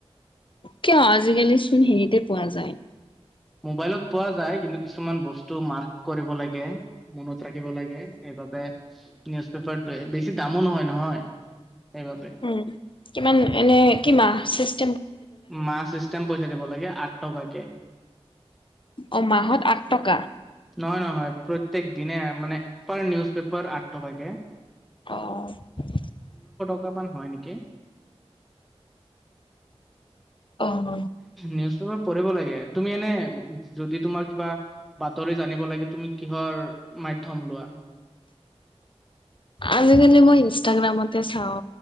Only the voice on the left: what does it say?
কিয় আজিকালি চোন হেৰিতে পোৱা যায়।
উম, কিমান এনে কি মাহ চিছ
অ' মাহত আঠ টকা।
অহ'
অহ'
আজিকালি মই ইনষ্টাগ্ৰামতে চাও